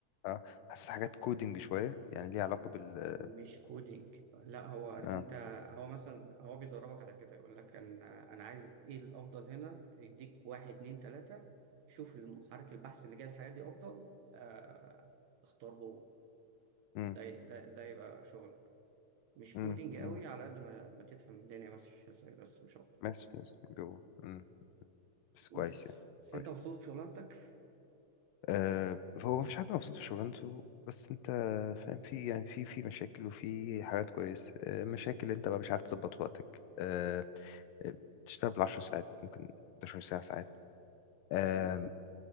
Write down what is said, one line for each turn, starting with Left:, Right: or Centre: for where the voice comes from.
Left: اه حاسسها حاجات كودينج شويه يعني ليه علاقه بال
Right: مش كودينج لا هو أنت
Left: اه
Right: هو مثلا هو بيدربك على كده يقول لك أنا أنا عايز إيه الأفضل هنا يديك واحد اتنين تلاتة شوف المحرك البحث اللي جايب الحاجات دي أفضل آه اختار هو
Left: امم
Right: ده ده ده يبقى شغلك مش
Left: امم
Right: كودينج قوي
Left: امم
Right: على قد ما ما تفهم الدنيا ماشية ازاي بس مش أكتر
Left: ماشي ماشي، جوه امم بس كويس
Right: بس
Left: يعني
Right: بس
Left: كويس.
Right: أنت مبسوط في شغلانتك؟
Left: آه، هو مفيش حد مبسوط في شغلانته بس انت فاهم في يعني في في مشاكل وفي حاجات كويس آه، مشاكل انت بقى مش عارف تظبط وقتك آه، آه، بتشتغل بالعشر ساعات ممكن 11 ساعة ساعات آه،
Right: مم.